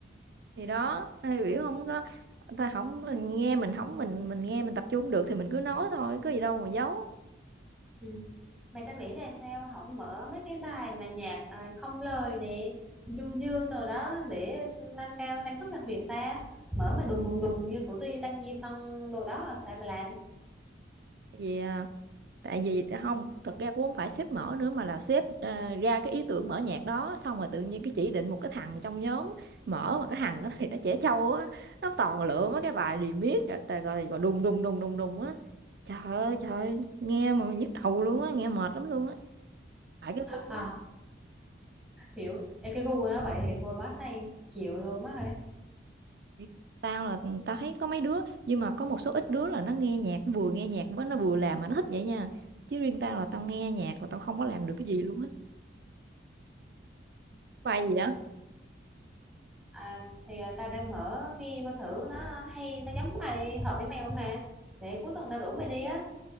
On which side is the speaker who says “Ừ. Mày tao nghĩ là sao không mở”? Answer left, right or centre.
Centre